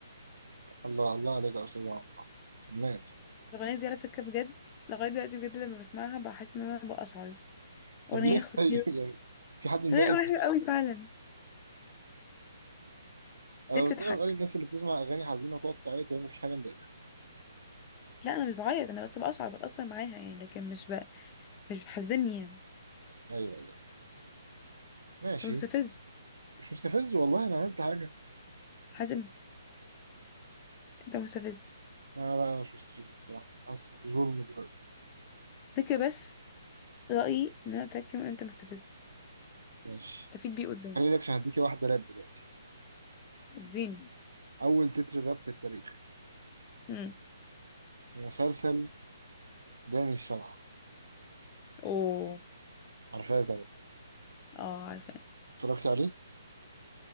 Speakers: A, on the right; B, on the left.
A: الله الله عليك يا أستاذ عمرو عبد. فنان
B: الأغنية دي على فكرة بجد لغاية دلوقتي بجد لما بسمعها بحس إن أنا بقشعر
A: طب
B: أغنية
A: ليه
B: خطيرة
A: طيب <laughs> يعني في حد مضايقك
B: لا أغنية حلوة أوي فعلا
A: أنا
B: ليه بتضحك
A: مستغرب أوي الناس اللي بتسمع أغاني حزينة وتقعد تعيط وهي مفيش حاجة مضايقها
B: لا أنا مش بعيط أنا بس بقشعر بتأثر معاها يعني لكن مش بقى مش بتحزني يعني
A: أيوه أيوه ماشي
B: أنت مستفز
A: مش مستفز والله أنا عملت حاجة
B: حازم أنت مستفز
A: لا لا أنا مش مستفز الصراحة حاسس بظلم دلوقتي
B: فكر بس رأيي إن أنا أتاك فيهم أنت مستفز
A: ماشي
B: تستفيد بيه قدام
A: خلي لك عشان هديكي واحدة راب دلوقتي
B: اديني
A: أول تتر راب في التاريخ
B: امم
A: مسلسل داني الشمعة
B: اوه
A: عارفاه طبعا
B: اه عارفة
A: اتفرجت عليه؟